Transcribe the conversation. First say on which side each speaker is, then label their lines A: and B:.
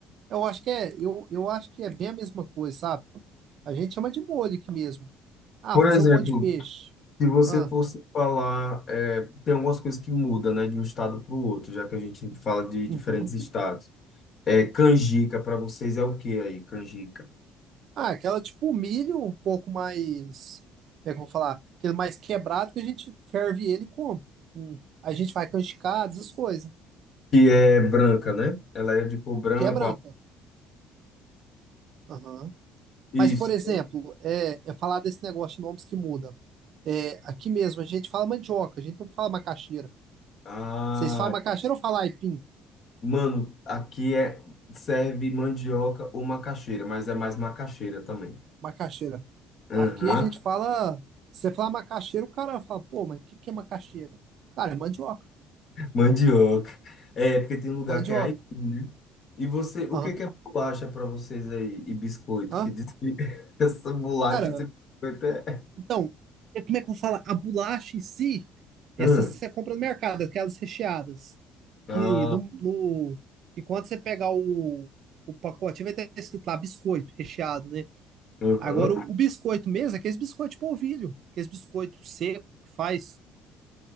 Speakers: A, on the right (about 55°); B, on the left (about 50°).
A: Eu acho que é, eu, eu acho que é bem a mesma coisa, sabe? A gente chama de molho aqui mesmo. Ah,
B: Por
A: fazer
B: exemplo,
A: um molho de peixe.
B: Se você
A: Ah,
B: fosse falar, é, tem algumas coisas que mudam, né, de um estado para o outro, já que a gente fala de
A: uhum.
B: diferentes estados. É, canjica para vocês é o que aí, canjica?
A: Ah, aquela tipo milho um pouco mais, como é que eu vou falar? Aquele mais quebrado que a gente ferve ele e come. Hum. A gente vai canjicadas, essas coisas.
B: Que é branca, né? Ela é de cor branca.
A: Que é branca.
B: ó.
A: Aham.
B: Isso.
A: Mas, por exemplo, é, eu falar desse negócio de nomes que muda. É, aqui mesmo a gente fala mandioca, a gente não fala macaxeira.
B: Ah,
A: Vocês falam macaxeira ou falam aipim?
B: mano, aqui é serve mandioca ou macaxeira, mas é mais macaxeira também.
A: Macaxeira.
B: Aham.
A: Aqui a gente
B: <laughs>
A: fala. Você fala macaxeira, o cara fala, pô, mas o que, que é macaxeira? Cara, é mandioca.
B: Mandioca. É, porque tem um lugar
A: Mandioca.
B: que é aipim, né? E você, o
A: Aham.
B: que que é bolacha para vocês aí? E biscoito,
A: Hã?
B: que diz que <laughs> essa bolacha,
A: Cara,
B: esse biscoito é...
A: então, é como é que eu falo? A bolacha em si, essa
B: Hum.
A: você compra no mercado, aquelas recheadas. Que,
B: Ah,
A: no, no- que quando você pegar o, o pacotinho, vai ter escrito lá biscoito recheado, né?
B: uhum.
A: Agora, o, o biscoito mesmo, é aqueles biscoitos de polvilho, aqueles biscoitos seco que faz.